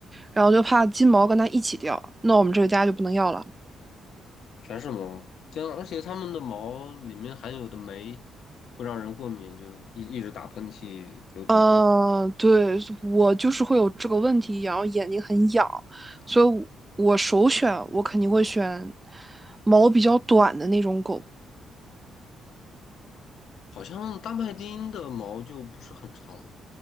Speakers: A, on the right; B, on the left.
A: 然后就怕金毛跟它一起掉，那我们这个家就不能要了。
B: 全是毛，这样而且它们的毛里面含有的酶会让人过敏，就一一直打喷嚏、流鼻涕。
A: 嗯，对，我就是会有这个问题，然后眼睛很痒，所以我我首选我肯定会选毛比较短的那种狗。
B: 好像大麦町的毛就不是很长，